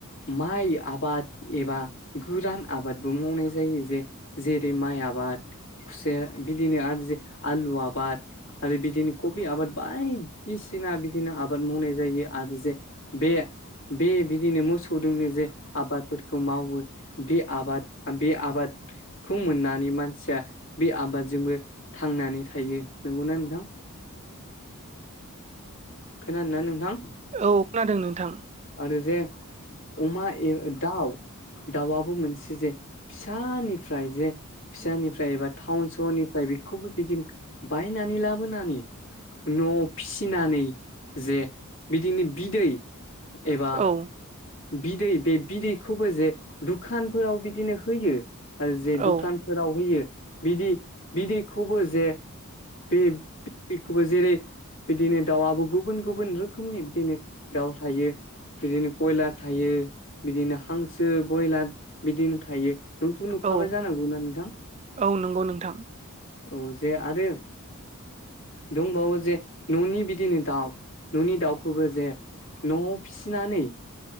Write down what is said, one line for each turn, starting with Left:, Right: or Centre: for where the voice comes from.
Left: माइ आबाद एबा गोरान आबादबो मावनाय जायो जे जेरै माइ आबाद खुसे बिदिनो आरो जे आलु आबाद आरो बिदिनो कबि आबाद बायदिसिना बिदिनो आबाद मावनाय जायो आरो जे बे बे बिदिनो मोसौ फोर जोंनो जे आबादफोरखौ मावो बे आबाद बे आबाद खौ मोननानै मानसिया बे आबादजोंबो थांनानै थायो नंगौना नोंथां खोनादों ना नोंथां
Right: औ खोनादों नोंथां
Left: आरो जे अमा ए दाउ दाउआबो मोनसे जे फिसानिफ्राय जे फिसानिफ्राय एबा टाउन सहरनिफ्राय बेखौबो बिदिनो बायनानै लाबोनानै न' आव फिसिनानै जे बिदिनो बिदै एबा
Right: औ
Left: बिदै बे बिदैखौबो जे दुखानफोराव बिदिनो होयो आरो जे दुखान
Right: औ
Left: फोराव होयो बिदि बिदिखौबो जे बे बिदैखौबो जेरै बिदिनो दाउबो गुबुन गुबुन रोखोमनि बिदिनो दाउ थायो। बिदिनो कयलार थायो बिदिनो हांसो बयलार बिदिनो थायो नोंथ' नुखाबाय
Right: औ
Left: जानांगौना नोंथां
Right: औ नंगौ नोंथां
Left: औ जे आरो दंबावो जे न'नि बिदिनो दाउ न'नि दाउखौबो जे न'आव फिनानै